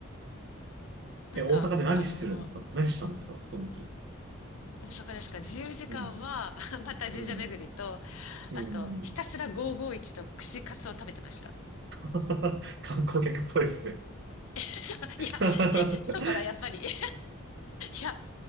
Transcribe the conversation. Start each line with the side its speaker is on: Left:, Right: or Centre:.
Left: なんか、
Right: え、大阪で何するんですか何したんですかその時。
Left: あの、大阪ですか、自由時間は
Right: うん、
Left: <laughs> また神社巡りと、
Right: うん、うん。
Left: あと、ひたすら551と串カツを食べてました。
Right: <laughs> 観光客っぽいですね。
Left: <laughs> そういや、
Right: <laughs>
Left: え、そうかな、やっぱり。<laughs> いや、